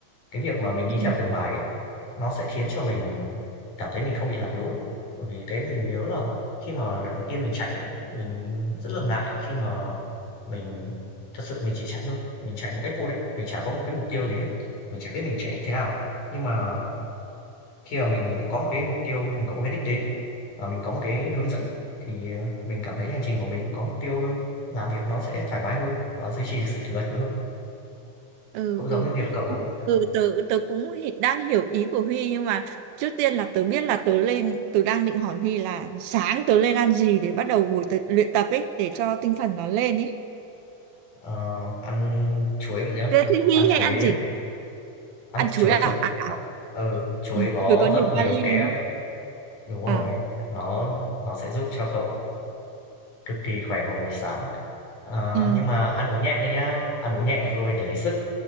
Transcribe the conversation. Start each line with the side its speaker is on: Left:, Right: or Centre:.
Left: cái việc mà mình đi
Right: ừ
Left: theo từng bài ấy nó sẽ khiến cho mình cảm thấy mình không bị lạc lối bởi vì cái mình nhớ là khi mà lần đầu tiên mình chạy ấy, mình rất là ngại khi mà mình thật sự mình chỉ chạy thôi mình chạy một cách vô định mình chả có một cái mục tiêu gì hết mình chả biết mình chạy thế nào nhưng mà khi mà mình đã có một cái mục tiêu mình có một cái đích đến và mình có một cái hướng dẫn thì ờ, mình cảm thấy hành trình của mình có mục tiêu hơn làm việc nó sẽ thoải mái hơn và duy trì được sự kỷ luật nhiều hơn
Right: ừ
Left: cũng giống
Right: ừ
Left: như việc cậu
Right: Ừ, tớ tớ cũng hi- đang hiểu ý của Huy nhưng mà trước tiên là tớ biết là tớ lên tớ đang định hỏi Huy là sáng tớ lên ăn gì để bắt đầu buổi tập, luyện tập ấy để cho tinh thần nó lên ấy
Left: ờ, ăn chuối vậy nhá
Right: thế thì Huy
Left: ăn
Right: hay
Left: chuối
Right: ăn gì
Left: ăn
Right: ăn chuối
Left: chuối
Right: à,
Left: thật
Right: à, à.
Left: ừ chuối
Right: Ừ,
Left: có
Right: chuối có nhiều
Left: rất nhiều
Right: kali
Left: kẽm
Right: đúng không
Left: đúng rồi
Right: à
Left: nó nó sẽ giúp cho cậu cực kỳ khỏe vào buổi sáng Ờ,
Right: Ừ.
Left: nhưng mà ăn uống nhẹ thôi nhá ăn uống nhẹ thôi để lấy sức